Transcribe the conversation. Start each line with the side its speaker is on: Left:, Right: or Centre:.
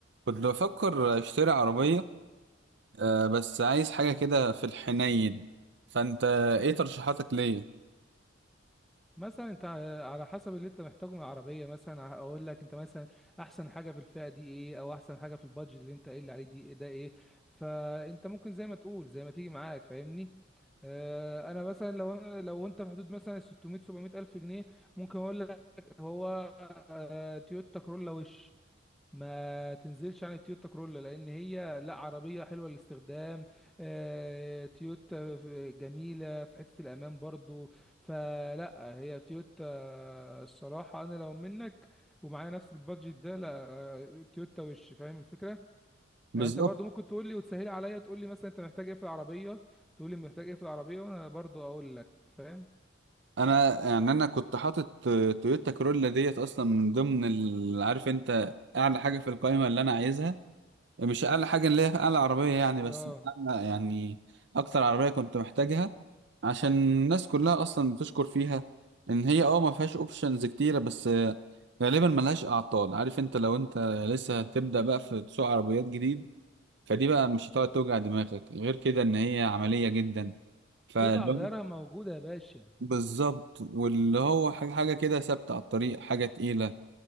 Right: كنت بفكر اشتري عربية آه، بس عايز حاجة كده في الحنين فانت ايه ترشيحاتك ليا
Centre: مثلا انت ع- على حسب اللي انت محتاجه من العربيه مثلا أه، اقول لك انت مثلا احسن حاجه في الفئه دي ايه او احسن حاجه في البادجت اللي انت قايل لي عليه دي ده ايه فانت ممكن زي ما تقول زي ما تيجي معاك فاهمني اه انا مثلا لو انا لو انت في حدود مثلا 600 700 الف جنيه ممكن اقول لك هو اه تويوتا كورولا وش ما تنزلش عن التويوتا كرولا لان هي لا عربيه حلوه للاستخدام آه، تويوتا ف- جميله في حته الامان برضو فلا هي تويوتا الصراحه انا لو منك ومعايا نفس البادجت ده لا آه، تويوتا وش فاهم الفكره
Right: بالظبط
Centre: يعني انت برضو ممكن تقول لي وتسهلي عليا تقول لي مثلا انت محتاج ايه في العربيه تقول لي محتاج ايه في العربيه وانا برضو اقول لك فاهم
Right: انا يعني انا كنت حاطط آه، تويوتا كرولا ديت اصلا من ضمن ال- عارف انت اعلى حاجة في القائمة اللي انا عايزها مش اقل حاجه اللي هي اقل عربيه يعني بس
Centre: اه
Right: أنا يعني اكتر عربيه كنت محتاجها عشان الناس كلها اصلا بتشكر فيها ان هي اه ما فيهاش اوبشنز كتيره بس آه، غالبا ملهاش اعطال عارف انت لو انت لسه هتبدا بقى في سوق عربيات جديد فدي بقى مش هتقعد توجع دماغك غير كده ان هي عمليه جدا فلو
Centre: قطع غيارها موجوده يا باشا
Right: بالظبط واللي هو حاجه حاجة كده ثابته على الطريق حاجه تقيله